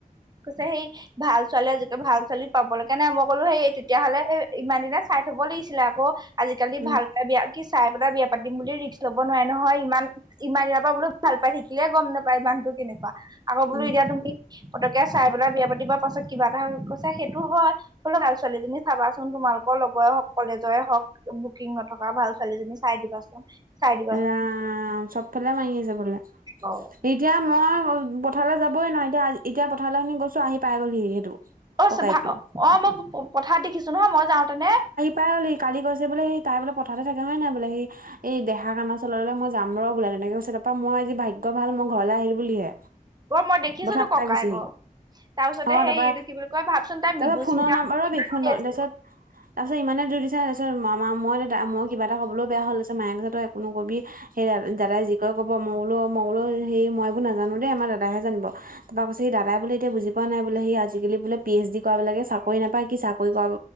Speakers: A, on the right; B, on the right.
A: কৈছে সেই ভাল ছোৱালী আজিকে ভাল ছোৱালী পাবলৈকে নাই, মই ক'লো সেই তেতিয়াহ'লে ইমান দিনে চাই থব লাগিছিলে আকৌ। আজিকালি
B: উম
A: ভালকে বিয়া, কি চাই পেলাই বিয়া পাতিম বুলি ৰিক্স ল'ব নোৱাৰি নহয় ইমান ইমান দিনৰ পৰা বোলো ভাল পাই থাকিলে গম নাপায় মানহতো কেনেকুৱা, আকৌ বোলো
B: উম,
A: এতিয়া তুমি পতকে চাই পেলাই বিয়া পাতিব পাছত কিবা এটা গৈছে, সেইটোও হয়। হলেও ভাল ছোৱালী জনী চাবাচোন তোমালোকৰ লগৰে হওক, কলেজৰে হওক। বুকিং নথকা, ভাল ছোৱালীজনী চাই দিবাচোন। চাই দিবাচোন
B: ৰাম, চবফালে <unintelligible> আছে
A: অ
B: এতিয়া মই অল পথাৰলৈ যাবই নোৱাৰি, এতিয়া আজ, এতিয়া পথাৰলৈ আমি গৈছোঁ, আহি পাইগ'লোহি সি সেইটো।
A: অ',
B: ককায়েকটো
A: চ' ভা, অ', অ', মই প-পথাৰত দেখিছোঁ নহ, মই যাওঁতে নে?
B: পাইগ'লহি কালি কৈছে বোলে, সি তাই বোলে পথাৰতে থাকে হয় নাই বোলে সি, এই- 'দেহা আনাৰ চলেৰে মই যাম ৰহ' বোলে, তেনেকে কৈছিলে। তাৰপা মই আজি ভাগ্য ভাল, মই ঘৰলৈ আহিলোঁ বুলিহে।
A: অ', মই দেখিছোঁতো
B: পথাৰ
A: ককায়েকক।
B: পাই গৈছেহি
A: তাৰপিছতে
B: অ
A: সেই
B: তাৰপা
A: এইটো কি বুলি কয়, ভাবচোন তাই মৃদুস্মিতাহ
B: তাৰপা ফোনৰ নাম্বাৰ
A: <unintelligible>
B: ৰবি ফোনৰ তাৰপিছত
A: <unintelligible>
B: তাৰপিছত ইমানে যোৰ দিছে তাৰপিছত মামা, মই, দেউতা, মই কিবা এটা কিবা ক'বলৈ বেয়া হ'ল তাৰপিছত মায়ে কৈছে তই একো নকবি সেই‌ আৰ দাদাই যি কয় ক'ব মই বোলোঁ, মই বোলোঁ, সৈ মই একো নাজানোঁ দেই, আমাৰ দাদাহে জানিব। তাৰপিছে দাদাই বোলে এতিয়া বুজি পোৱা নাই বোলে, সি আজিকালি বোলে পি এইচ ডি কৰা বিলাকে চাকৰি নাপায়, কি চাকৰি কৰাব